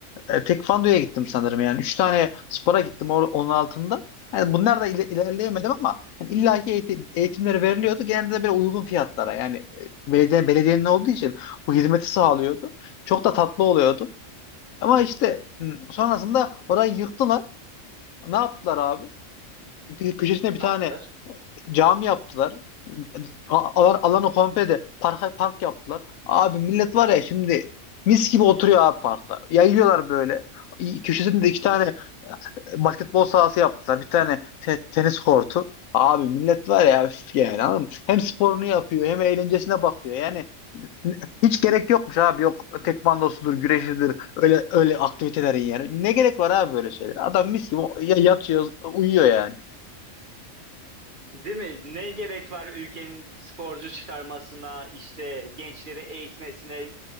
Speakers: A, on the left; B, on the right.
A: E, Tekvando'ya gittim sanırım yani. Üç tane spora gittim or- onun altında. Yani bunlar da ile- ilerleyemedim ama yani illaki eğitim, eğitimleri veriliyordu. Genelde de böyle uygun fiyatlara yani e, belediye, belediyenin olduğu için bu hizmeti sağlıyordu. Çok da tatlı oluyordu. Ama işte m, sonrasında orayı yıktılar. Ne yaptılar abi? Kö- Köşesine bir
B: Ne
A: tane
B: yaptılar?
A: cami yaptılar. A- Alan, alanı komple de park, park yaptılar. Abi millet var ya şimdi mis gibi oturuyor abi parkta. Yayıyorlar böyle. Köşesinde de iki tane e, basketbol sahası yaptılar. Bir tane te- tenis kortu. Abi millet var ya üf yani anladın mı? Hem sporunu yapıyor hem eğlencesine bakıyor. Yani n- hiç gerek yokmuş abi. Yok tekvandosudur, güreşidir. Öyle öyle aktivitelerin yani. Ne gerek var abi böyle şeyler? Adam mis gibi o- ya- yatıyor, uyuyor yani.
B: Değil mi? Ne gerek var ülkenin sporcu çıkarmasına, işte gençleri eğitmesine,